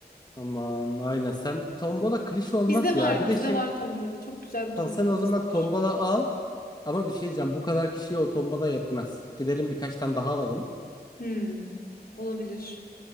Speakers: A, on the left; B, on the left.
A: Aman aynen sen tombola klişe olmaz
B: Bizde var
A: ya. Bir
B: bizde
A: de şey
B: var tombala. Çok güzel bir tombalamız
A: sen, sen o zaman
B: var.
A: tombola al ama bir şey diyeceğim bu kadar kişiye o tombola yetmez. Gidelim birkaç tane daha alalım.
B: Hmm, olabilir.